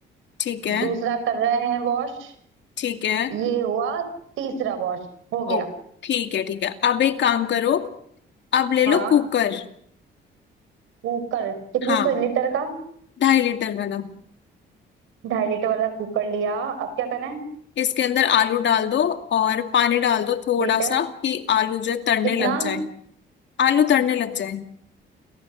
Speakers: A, on the left; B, on the right.
A: ठीक है
B: दूसरा कर रहे हैं वॉश
A: ठीक है
B: ये हुआ तीसरा वॉश हो गया
A: ओ ठीक है ठीक है अब एक काम करो अब ले
B: हाँ
A: लो कुकर
B: कुकर कितने
A: हाँ
B: सौ लीटर का
A: ढाई लीटर वाला
B: ढाई लीटर वाला कुकर लिया अब क्या करें
A: इसके अंदर आलू डाल दो और पानी डाल दो थोड़ा
B: ठीक है
A: सा कि आलू जो है तड़ने
B: कितना
A: लग जाए आलू तड़ने लग जाए